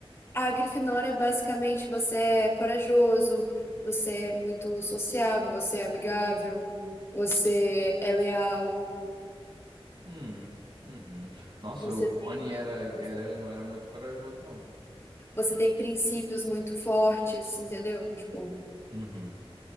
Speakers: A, on the left; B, on the right.
A: a Grifinória é basicamente você é corajoso, você é muito sociável, você é amigável, você é leal,
B: Hum, uhum. Nossa,
A: você
B: o
A: tem,
B: Rony era, era,
A: você tem,
B: não era muito corajoso, não, viu?
A: você tem princípios muito fortes, entendeu? Tipo,
B: Uhum.